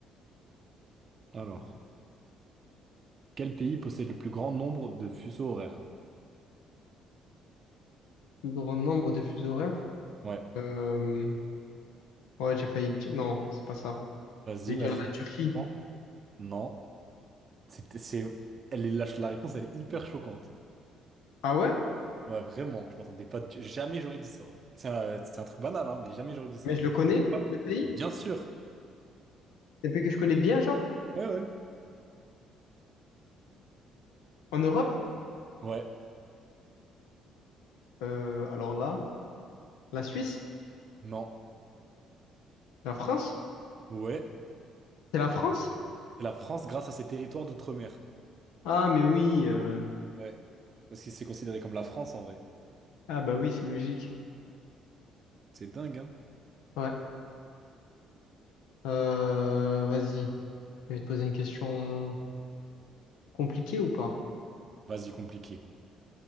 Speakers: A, on the right; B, on the left.
A: Alors,
B: Le
A: quel pays possède le plus grand nombre de fuseaux horaires?
B: plus grand nombre de fuseaux horaires?
A: Ouais,
B: Euh, ouais, j'ai failli dire... Non, c'est pas ça.
A: vas-y,
B: J'allais
A: vas-y,
B: dire la
A: dis.
B: Turquie.
A: tu penses. Non. C'est, c'est- elle est, la, la réponse, elle est hyper choquante.
B: Ah ouais?
A: Ouais, vraiment, je m'attendais pas. du- Jamais j'aurais dit ça. C'est un, c'est un truc banal, hein, mais jamais j'aurais dit ça.
B: Mais je le connais, le pays?
A: Bien sûr.
B: C'est un pays que je connais bien, genre?
A: Ouais, ouais.
B: En Europe?
A: Ouais,
B: Euh, alors là, la Suisse?
A: non.
B: La France?
A: Ouais.
B: C'est la France?
A: Et la France grâce à ses territoires d'outre-mer.
B: Ah, mais oui. euh,
A: Ouais. Parce que c'est considéré comme la France en vrai.
B: Ah bah oui, c'est logique.
A: C'est dingue, hein.
B: Ouais. Euh, vas-y. Je vais te poser une question compliquée ou pas?
A: Vas-y, compliqué.